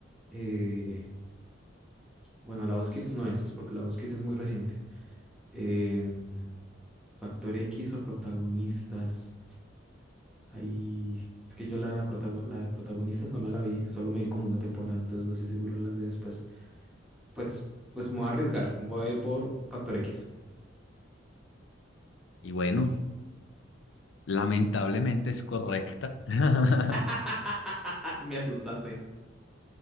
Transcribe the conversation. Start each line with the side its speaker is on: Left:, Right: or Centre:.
Centre: Eh, bueno, la voz Kids no es, porque la voz Kids es muy reciente. Em, Factor X o protagonistas. Ahí, es que yo la de, la protago- la de protagonistas no me la vi, solo me vi como una temporada, entonces no estoy seguro en las de después. Pues, pues me voy a arriesgar. Voy a ir por factor X.
Left: Y bueno, lamentablemente es correcta. <laughs>
Centre: <laughs> Me asustaste.